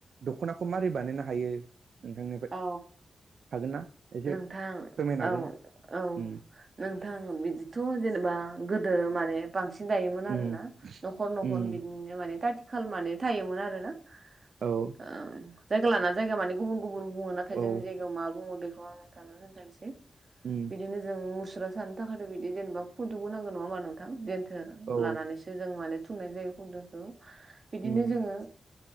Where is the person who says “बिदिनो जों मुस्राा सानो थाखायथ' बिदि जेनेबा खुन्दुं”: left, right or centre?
Right